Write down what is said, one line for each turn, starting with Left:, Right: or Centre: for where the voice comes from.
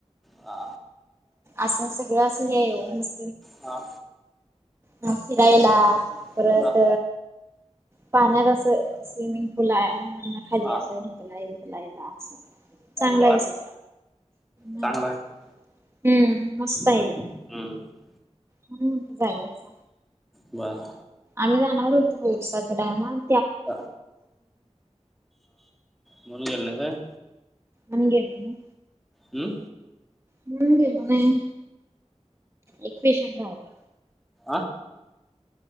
Centre: आ
Right: असं सगळं असं हे मस्
Centre: हा
Right: ह फिरायला परत
Centre: हा
Right: पाण्यात अस स्विमिंग पूल आहे. त्यांना खाली
Centre: हा
Right: असाय <unintelligible> लायला असं चांगला
Centre: बर
Right: आहे स हम्म
Centre: चांगला आहे
Right: मस्त आहे.
Centre: हम्म
Right: म्हणून म्हणतं जायाच
Centre: बरं
Right: आम्ही जाणार होतो सर टायमानं
Centre: हा म्हणून गेला नाय काय
Right: आम्ही गेलो नाही.
Centre: हूं
Right: म्हणून गेलो नाही. एक पेशंट रायलं.
Centre: आ